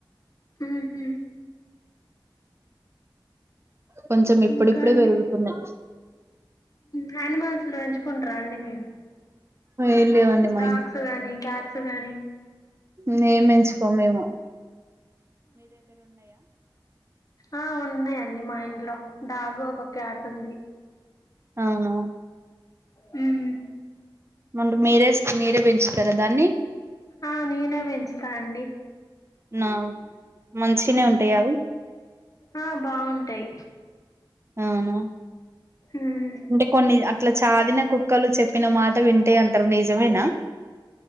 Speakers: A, on the left; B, on the right.
A: ఉహు
B: కొంచెం ఇప్పుడిప్పుడే
A: ఇంకాండి
B: పెరుగుతున్నాయి
A: నిమల్స్లు పెంచుకుంటార అండి మీరు
B: ఏం లేవండి మా
A: డాగ్స్ గాని క్యాట్స్ గానీ
B: నే ఎంచుకోమేము
A: ఆ ఉన్నాయండి మా ఇంట్లో డాగు ఒకొక్కే ఆట్ ఉంది
B: అవును
A: హమ్
B: మొన్న మీరే మీరే పెంచుతారా దాన్ని
A: ఆ ననే బంచంచిత తాండడి
B: నా మంచినే ఉంటాయావు
A: ఆ బాగుంటాయి
B: అవునా
A: ఉమ్
B: అంటే కొన్ని అట్లా చాదిన కుక్కలు చెప్ ప్పిన మాట వింటాే అంట అ నిజమేనా